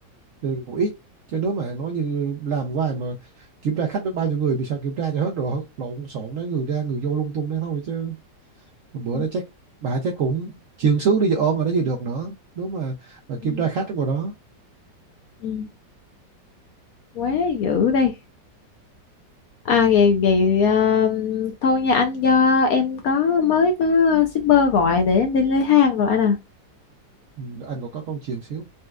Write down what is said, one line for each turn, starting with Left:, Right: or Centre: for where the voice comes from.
Right: chơi cũng ít chứ nếu mà nói như làm hoài mà kiểm tra khách được bao nhiêu người vì sao kiểm tra cho hết rồi lộn xộn đấy người ra người vô lung tung đấy thôi chứ Một bữa
Left: ừ,
Right: đó chắc bà chắc cũng chuyện xíu đi ôm mà nó gì được nữa nếu mà mà
Left: ừ,
Right: kiểm tra khách ở ngoài đó
Left: ừ. quá dữ đi à vậy vậy ờ, thôi nha anh do em có mới có shipper gọi để em đi lấy hàng rồi anh à
Right: ừ, anh còn có con chuyện xíu